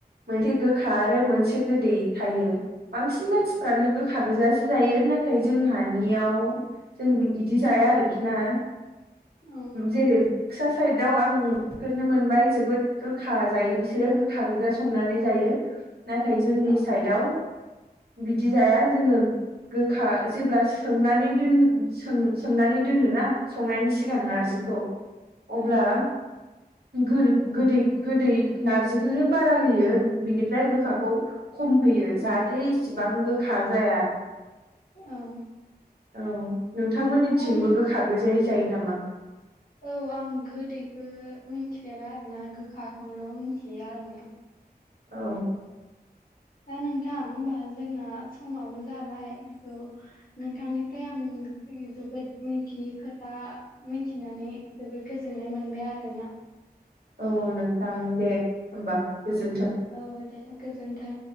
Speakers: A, on the right; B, on the left.
A: मोनसे गोखा आरो मोनसे गोदै थायो बांसिन मानसिफ्रानो
B: औ
A: गोखा गोजासो जायो नाथाय जोंहानियाव जोंबि इदि जाया आरोखि ना।
B: औ
A: जेरै क्सा साइदव आं बेफोरनो मोनबाय जोबोद गोखा जायो बिसोरो गोखा गोजा संनानै जायो। नाथाय जोंनि
B: औ
A: साइडआव बिदि जाया जोङो गोखा जेब्ला सोमनानै दोन सोमनानै दोनोना संनायनि सि सिगां नारजिखौ
B: औ औ
A: अब्ला गोर गोदै गोदै नारजिखौसो बारा होयो बिनिफ्राय गोखाखौ खम होयो जाहाथे इसिबां गोखा जाया।
B: ओं
A: औ नोंथांमोननिथिंबो
B: नों
A: गोखा गोजायै जायो नामा?
B: औ आं गोदैखो मिथिफेरा आरोना गोखाखौल' मिथियो आरोना।
A: औ
B: दा नोंथां होमबा जोंना समाबो जाबाय थ नोंथांनिफ्राय आं जोबोद मिथियै खोथा मोनथिनानै जोबोद गोजोननाय मोनबाय आरोना।
A: औ नोंथां देग होमबा गोजोनथों।
B: औ दे गोजोन्थों।